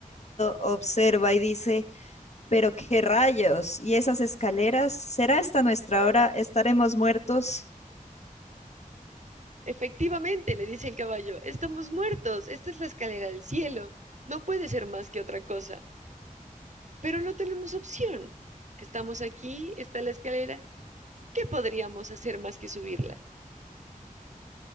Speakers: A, on the left; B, on the right.
A: observa y dice, pero qué rayos, ¿y esas escaleras? ¿Será esta nuestra hora? ¿Estaremos muertos?
B: Efectivamente, le dice el caballo, estamos muertos, esta es la escalera del cielo, no puede ser más que otra cosa, pero no tenemos opción. Estamos aquí, está la escalera, ¿qué podríamos hacer más que subirla?